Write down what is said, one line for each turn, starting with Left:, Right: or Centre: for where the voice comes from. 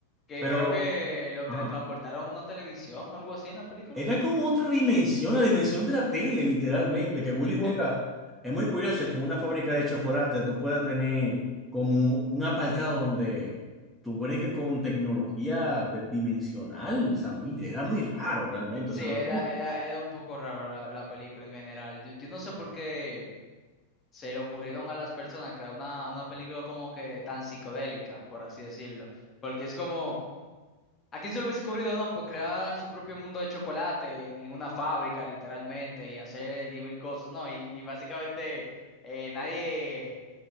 Left: Que
Centre: pero,
Left: creo que lo teletransportaron
Centre: ah,
Left: a una televisión o algo así en la película.
Centre: Era como otra dimensión, la dimensión de la tele, literalmente, que
Left: <laughs>
Centre: Willy Wonka, es muy curioso que en una fábrica de chocolate tú puedas tener como un apartado donde tú pones que con tecnología de- dimensional, o sea, muy, era muy raro realmente,
Left: Sí,
Centre: o sea,
Left: era,
Centre: no- como
Left: era,
Centre: que
Left: era un poco raro la, la película en general. Yo, yo no sé por qué se le ocurrieron a las personas crear una, una película como que tan psicodélica, por así decirlo. Porque es como, ¿a quién se le hubiese ocurrido, no? Pues crear su propio mundo de chocolate en, en una fábrica, literalmente, y hacer diez mil cosas, ¿no? Y, y básicamente eh, nadie